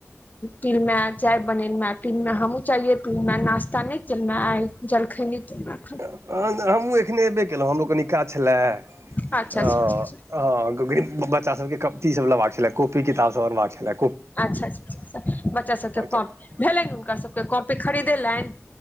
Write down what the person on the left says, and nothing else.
पीनमे चाइ बनेलउ पीमे हमहुँ चाये पीलौ नास्ता नै केलहु आय जलखै नै केलहु अखन
अच्छा
अच्छा अच्छा अच्छा।
अच्छा -अच्छा बच्चा सबके कॉप
भेलैनि हुनका सबके कॉपी खरीदेलैनि?